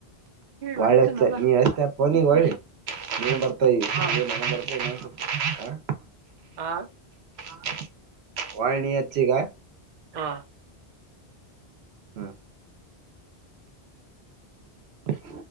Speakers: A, on the right (about 75°); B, on the right (about 50°).
A: ವಳ್ಳ
B: ಹೊಡಿತಾನಲ್ಲ
A: ನೀ ಅತ ಪನ ಒಳ್ಳ <unintelligible> ನೀನ್ ಬರ್ತ ನೀ
B: ಹಾ
A: ಬರ್ <unintelligible>
B: ಹಾ
A: ವಾಯ <unintelligible> ನೀ ಯಚಿಗಾಯ
B: ಹಾ
A: ಹಾ <inaudible>